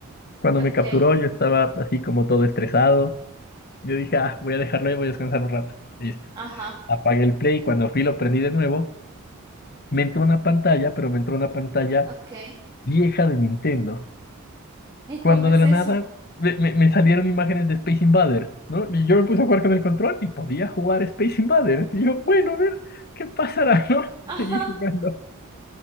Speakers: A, on the left; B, on the right.
A: Cuando
B: ok,
A: me capturó, yo estaba así como todo estresado. Yo dije, ah, voy a dejarlo y voy a descansar un rato. Listo.
B: ajá,
A: Apagué el play. Cuando fui, lo prendí de nuevo. Me entró una pantalla, pero me entró una pantalla
B: ok.
A: vieja de Nintendo.
B: ¿Y
A: cuando
B: cómo es
A: de la
B: eso?
A: nada me, me- me salieron imágenes de Space Invaders, ¿no? Y yo me puse a jugar con el control y podía jugar Space Invaders. Y yo, bueno, a ver, ¿qué pasará, <laughs> no?
B: Ajá,
A: Seguí jugando.